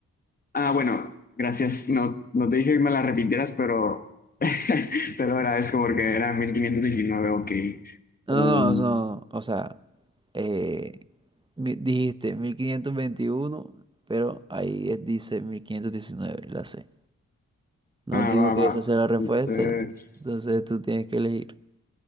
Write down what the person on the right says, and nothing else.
No,
no, no, no, no. O sea, eh, mi- dijiste 1521, pero ahí es- dice 1519. la C. No
digo
que
esa sea la respuesta,
entonces tú tienes que elegir.